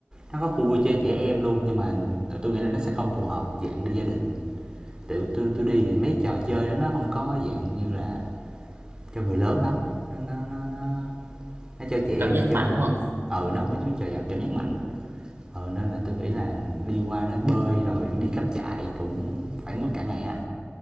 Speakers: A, on the right; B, on the right.
A: nó có khu vui chơi trẻ em
B: Ừ,
A: luôn nhưng mà tôi nghĩ là nó sẽ không phù hợp dạng đi gia đình tự tôi tôi đi thì mấy trò chơi đó nó không có dạng như là cho người lớn lắm nó nó nó nó nó cho trẻ
B: cảm
A: em
B: giác
A: chơi
B: mạnh
A: thôi
B: đúng không
A: ừ nó không có mấy trò giò cảm giác mạnh
B: ừ.
A: ừ nên là tôi nghĩ là đi qua đó bơi rồi đi cắm trại cũng phải mất cả ngày á